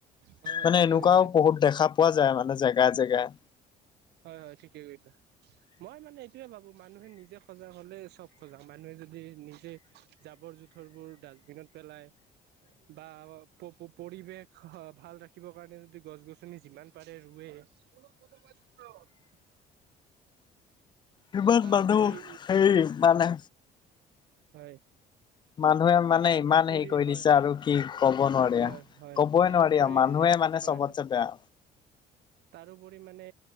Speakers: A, on the right (about 80°); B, on the left (about 25°).
A: হয় হয়
B: মানে
A: ঠিকে
B: এনেকুৱাও
A: কৈছা
B: বহুত দেখা পোৱা যায় মানে জেগাই জেগাই
A: হয় হয় ঠিকেই কৈছা মই মানে এইটোয়ে ভাবো মানুহে নিজে সজাগ হলে চব সজা মানুহে যদি নিজে জাবৰ জোথৰ বোৰ ডাষ্টবিনত পেলাই। বা পৰিৱেশ ভাল ৰাখিবৰ কাৰণে যদি গছ গছনি যিমান পাৰে ৰুৱে। উ <unintelligible> অ',
B: সিমান
A: তাৰোপৰি
B: মানুহ হেৰি মানে।
A: হয়।
B: মানুহে মানে
A: তাৰোপৰি
B: ইমান হেৰি কৰি
A: হয়
B: দিছে
A: হয়
B: আৰু কি কব নোৱাৰি
A: হয় হয়
B: কবই
A: তাৰোপৰি
B: নোৱাৰি মানুহে মানে মানে
A: হয়
B: চবতছে
A: হয়
B: বেয়া।
A: তাৰোপৰি মানে